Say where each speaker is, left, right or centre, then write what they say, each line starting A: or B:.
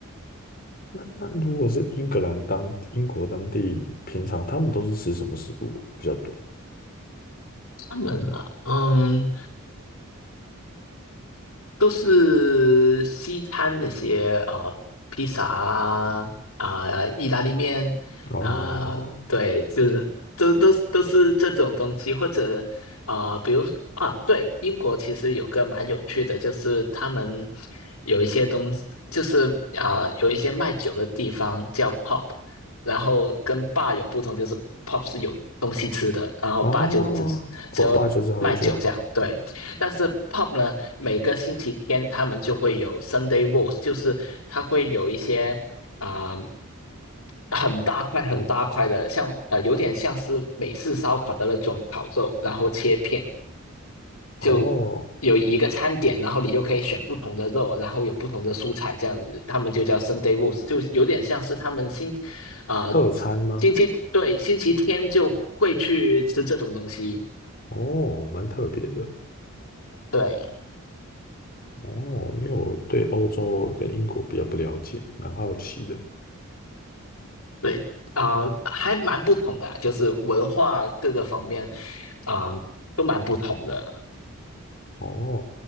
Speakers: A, on the left; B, on the left.
A: 那那如果是英格兰当英国当地，平常他们都是吃什么食物比较多？
B: 他们啊，嗯，都是西餐那些呃，披萨啊，啊、意大利面啊、
A: 哦
B: 对，就是都都都是这种东西，或者啊、呃比如啊，对，英国其实有个蛮有趣的，就是他们有一些东西，就是啊、有一些卖酒的地方叫 pub，然后跟 bar 有不同，就是 pub 是有东西吃的，然后
A: 哦，
B: bar 就只只有卖酒这样，
A: 我爸就是喝酒。
B: 对。但是 p o p 呢，每个星期天他们就会有 Sunday w o a s t 就是它会有一些啊、呃很大块很大块的，像呃有点像是美式烧烤的那种烤肉，然后切片，
A: 哦，
B: 就有一个餐点，然后你就可以选不同的肉，然后有不同的蔬菜这样子，他们就叫 Sunday w o a s t 就有点像是他们星啊、
A: 特餐吗？
B: 呃星期对星期天就会去吃这种东西，
A: 哦，蛮特别的。
B: 对。
A: 哦，因为我对欧洲跟英国比较不了解，蛮好奇的。
B: 对啊、呃还蛮不同的啊就是文化各个方面啊、呃都蛮不同的。
A: 哦，